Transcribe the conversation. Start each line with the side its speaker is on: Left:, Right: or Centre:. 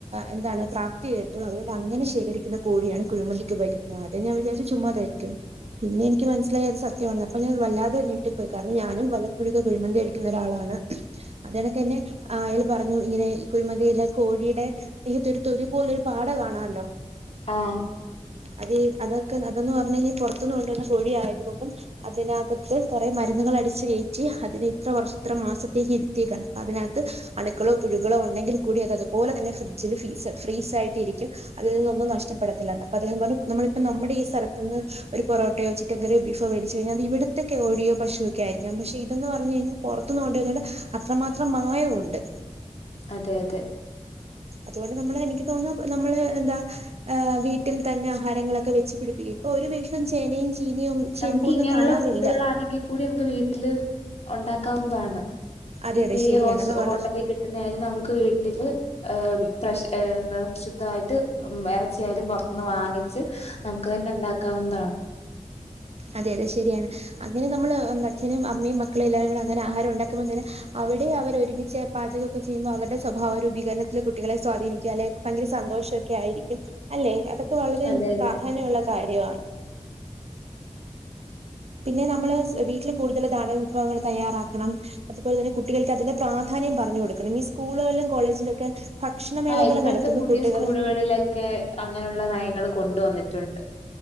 Right: എന്താണ് പ്രാപ്തിയേറ്റും അതുകൊണ്ട് അങ്ങെനെ ശേഖരിക്കുന്ന കോഴിയാണ് കുഴിമന്തിക്ക് ഉപയിക്കുന്നത് ഞാൻ വിചാരി ചുമ്മാ തേരിക്കും പിന്നെ എനിക്ക് മനസിലായി അത് സത്യവാണ്ന്. അപ്പ ഞാൻ വല്ലാതെ ഞെട്ടി പോയി കാര്ണം ഞാനു വലപ്പോഴൊക്കെ കുഴിമന്തി കഴിക്കു ക്കുന്ന ഒരാളാണ്. അതെണെക്കെന്നെ ആഹ് അയാളു പറഞ്ഞു ഇങ്ങനെ കുഴിമന്തിയിലെ കോഴിയിടെ തിയത്തൊരു തൊലി പോലൊരു പാട കാണാലൊ
Left: ആഹ്
Right: അതീ അതൊക്കെ അതെന്ന് പറഞ്ഞ്കഴിഞ്ഞാ പൊറത്ത്ന്ന് കൊണ്ടുവരുന്ന കോഴി ആയതു കൊണ്ടും അതിനകത്ത് കൊറെ മരുന്നുകളടി ച്ചു കേറ്റി അതിന് ഇത്ര വർഷ ഇത്ര മാസത്തേക്ക് ഇരുത്തിയേക്കാണ്. അപ്പ അതിനകത്ത് അണുക്കളോ പുഴുകളോ ഉണ്ടെങ്കിൽ കൂടി അത് അതുപോലെ തന്നെ ഫ്രിഡ്ജിലു ഫീ ഫ്രീസായിട്ടിരിക്കും അതിൽ നിന്നൊന്നും നഷ്ടപ്പെടത്തില്ലെന്നെ അപ്പം അദ്ദേഹം പറഞ്ഞു നമ്മളിപ്പം നമ്മടെ ഈ സെലത്തിന്ന് ഒരു പൊറോട്ടയോ ചിക്കൻ കറിയോ ബീഫോ മേടിച്ചു കഴിഞ്ഞാൽ അതിവിടുത്തൊക്കെ ഓഴിയോ പശൊ ക്കായിരിക്കാം പക്ഷെ ഇതന്ന് പറഞ്ഞു കഴിഞ്ഞാ പൊറത്തുന്ന് കൊണ്ടുവരുന്നേന്റെ അത്രമാത്രം മായമുണ്ട്
Left: അതെ അതെ
Right: അതുകൊണ്ട് നമ്മളെ എനിക്ക് തോന്നുന്നു നമ്മളെ എന്താ ഏഹ് വീട്ടിൽ തന്നെ ആഹാരങ്ങളൊക്കെ വെച്ചു പിടിപ്പിക്കും. ഇപ്പൊ ഒരു വീട്ടിലും ചേനയും ചീനിയും ചേമ്പും
Left: നമുക്കിങ്ങനൊള്ള
Right: ഒന്നും കാണാനില്ല
Left: ഫുഡ്ഡു കളാണെങ്കി കൂടി നമുക്ക് വീട്ടില് ഒണ്ടാക്കാവുന്നതാണ്
Right: അതെ
Left: ഇപ്പയീ
Right: അതെ ശരിയാണ്
Left: ഹോസ്
Right: അത് വള
Left: ഹോട്ടലികിട്ടുന്ന ആയാലും നമുക്ക് വീട്ടില് ഏഹ് ഫ്രഷ് ഏഹ് എന്താ ശുദ്ധവായിട്ട് എറച്ചിയായാലും പൊറത്തുന്ന് വാങ്ങിച്ച് നമുക്ക് തന്നെ ഉണ്ടാക്കാവുന്നതാണ്
Right: അതെ അതെ ശരിയാണ്. അങ്ങനെ നമ്മള് എന്ത അച്ഛനും അമ്മയും മക്കളും എല്ലാരും കൂടെ അങ്ങനെ ആഹാരം ഉണ്ടാക്കുമ്പ തന്നെ അവിടെം അവരൊരുമിച്ച് പാചൊകെക്കെ ചെയ്യുമ്പം അവര്ടെ സ്വഭാവ രൂപീകരണത്തിൽ കുട്ടികളെ സ്വാധീനിക്കാലെ. ഭയങ്കര സന്തോഷൊക്കെ ആയിരിക്കും. അല്ലെ അതൊക്കെ വളരെ
Left: അതെ അതെ
Right: പ്രാധാന്യ ഉള്ള കാര്യാണ് പിന്നെ നമ്മള് വീട്ടിലു കൂടുതലു നാടൻ വിഭവങ്ങള് തയ്യാറാക്കണം അതുപോലെ തന്നെ കുട്ടികൾക്ക് അതിന്റെ പ്രാധാന്യം പറഞ്ഞു കൊടുക്കണം. മി സ്കൂളുകളിലും കോളേജിലൊക്കെ ഭക്ഷണമേളകൾ
Left: ആഹ് ഇപ്പഴത്തെ
Right: നടത്തുമ്പോ
Left: പുതിയ
Right: കുട്ടികൾ
Left: സ്കൂളുകളിലെക്കെ അങ്ങനുള്ള നയങ്ങളു കൊണ്ടുവന്നിട്ടുണ്ട്